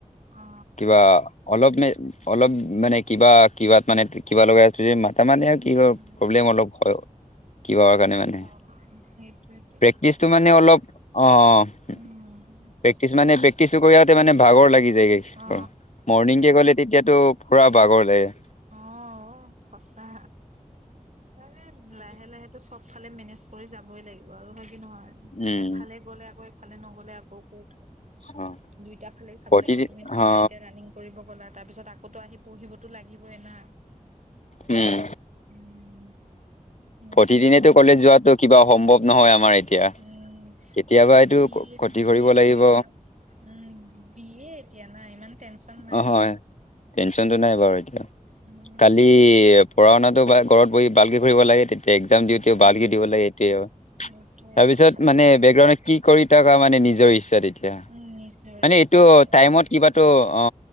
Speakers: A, on the right; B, on the left.
A: অ
B: কিবা অলপ মে-অলপ মানে কিবা-কিবাত মানে কিবা লগাই আছোঁ যে, মাতা মানে কি হয়,
A: উম,
B: প্ৰব্লেম অলপ হয় কিবা কাৰণে মানে।
A: সেইটোৱেই।
B: প্ৰেক্টিচটো মানে অলপ, অ', অ', অ'।
A: উম
B: প্ৰেক্টিচ মানে প্ৰেক্টিচটো কৰি আহোঁতে মানে ভাগৰ লাগি যায়গে <unintelligible>
A: অ
B: মৰ্ণিঙকে গ'লে তেতিয়াতো পুৰা বাগৰ লাগে।
A: অ, অ', সঁচা, মানে লাহে-লাহেতো চব ইফালে মেনেজ কৰি যাবই লাগিব, আৰু হয় কি নহয়?
B: উম
A: এফালে গ'লে আকৌ ফালে নগ'লে আকৌ ক'থ,
B: অ
A: দুইটা ফালে চাব
B: প্ৰতিদিন
A: লাগিব, তুমি ধৰি
B: অ
A: লোৱা এতিয়া ৰানিং কৰিব গ'লা, তাৰপিছত আকৌ টো আহি পঢ়িবতো লাগিবই না!
B: উম।
A: <inaudible> সেইটোৱেটো
B: প্ৰতিদিনেতো কলেজ যোৱাটো কিবা সম্ভৱ নহয় আমাৰ এতিয়া
A: উম,
B: কেতিয়াবা
A: এতিয়া
B: এইটো
A: বি এড,
B: ক্ষতি
A: বি
B: কৰিব
A: এড
B: লাগিব
A: ধৰি লোৱা উম, বি এ এতিয়া না, ইমান টেনচন নাই
B: অ, হয়, টেনচনটো নাই বাৰু এতিয়া।
A: উম
B: কালি পঢ়া-শুনাটো বা ঘৰত ভালকে কৰিব লাগে তেতিয়া। একজাম দিওঁতে
A: উম
B: ভালকে দিব লাগে, এইটোয়ে আৰু,
A: সেইটোৱে
B: তাৰ
A: কথাটো
B: পিছত মানে বেকগ্ৰাউ কি কৰি থকা মানে নিজৰ ইচ্ছা তেতিয়া,
A: উম নিজৰ
B: মানে
A: ইচ্ছাৰে
B: এইটো টাইমত কিবাতো অ,